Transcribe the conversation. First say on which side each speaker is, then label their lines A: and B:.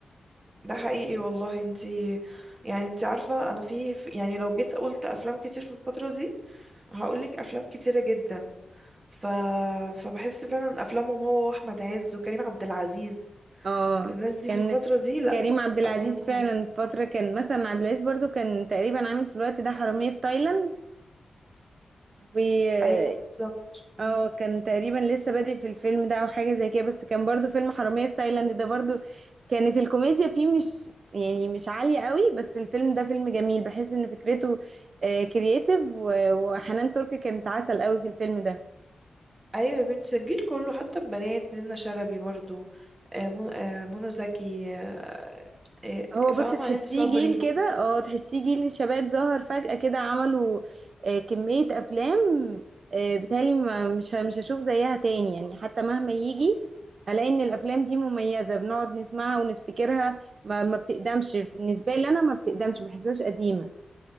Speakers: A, on the right; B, on the right.
A: ده حقيقي والله انتي يعني انتي عارفة انا في في- يعني لو جيت قلت افلام كتير في الفترة دي هقولك افلام كتيرة جدا ف... فبحس فعلا افلامهم هو واحمد عز وكريم عبد العزيز
B: اه
A: الناس دي
B: كان
A: في الفترة دي لا
B: كريم عبد العزيز
A: افلام
B: فعلا
A: حلوة
B: في فترة كان مثلا عبد العزيز برضو كان تقريبا عامل في الوقت ده حرامية في تايلاند و
A: ايوه بالظبط مم.
B: اه كان تقريبا لسه بادئ في الفيلم ده او حاجة زي كده بس كان برضو فيلم حرامية في تايلاند ده برضو كانت الكوميديا فيه مش يعني مش عالية قوي بس الفيلم ده فيلم جميل بحس ان فكرته كرييتيف وحنان ترك كانت عسل قوي في الفيلم ده
A: ايوه يا بنتي الجيل كله حتى البنات منة شلبي برضو آه، من- آه، منى زكي آه، آه،
B: هو بصي
A: فاهمة
B: تحسيه
A: هند صبري
B: جيل كده اه تحسيه جيل شباب ظهر فجأة كده عملوا آه، كمية أفلام آه، بيتهيألي ما- مش ه- مش هشوف زيها تاني يعني حتى مهما يجي هلاقي إن الأفلام دي مميزة بنقعد نسمعها ونفتكرها ما, ما بتقدمش بالنسبة لي أنا ما بتقدمش ما بحسهاش قديمة